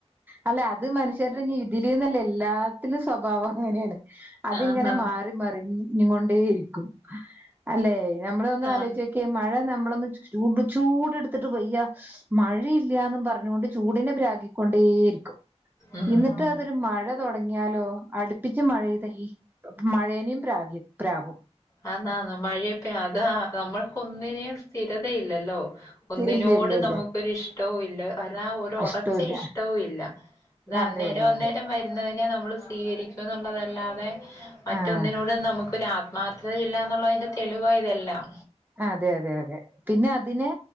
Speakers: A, on the right; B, on the left.
A: അല്ല അത് മനുഷ്യരുടെതിൽന്നല്ല എല്ലാത്തിലും സ്വഭാവം അങ്ങനെയാണ് അതിങ്ങനെ
B: ആന്ന്
A: മാറി മറിഞ്ഞ കൊണ്ടേ ഇരിക്കും അല്ലേ? നമ്മള ഒന്ന് ആലോചക്കെ
B: ആന്ന്
A: മഴ നമ്മളൊന്ന് ചൂട് ചൂട്ടുത്തിട്ട് വെയ്യ മഴയില്ലന്നും പറഞ്ഞുകൊണ്ട് ചൂടിനെ പ്രാകിക്കൊണ്ടേയിരിക്കും
B: ഉം
A: ഇന്നിട്ട് അതൊരു മഴ തുടങ്ങിയാലോ അടുപ്പിച്ച് മഴ പെയ്തുഴിഞ്ഞാൽ മഴേനെയും പ്രാഗി പ്രാഗും.
B: ആ ന മഴയപ്പ അത് നമ്മൾക്കൊന്നിനും സ്ഥിരതയില്ലല്ലോ ഒന്നിനോട്
A: ഇല്ല ഇല്ല ഇല്ല
B: നമുക്കൊ ഇഷ്ടവും ഇല്ല അരാ ഒരു ഒറച്ച
A: ഇഷ്ടല്ല
B: ഇഷ്ടവും ഇല്ല അത് അന്നേരം
A: അതെ അതെ
B: അന്നേരം
A: അതെ
B: നമ്മൾ സ്വീകരിക്കും എന്നുള്ളതല്ലാതെ മറ്റൊന്നിനോട്
A: ആഹ്
B: നമുക്ക് ഒരാഗ്ര മാർത്തതയില്ല എന്നുള്ളതിന്റെ തെളിവ ഇതെല്ലാം.
A: അതെ അതെ അതെ പിന്നെ അതിനെ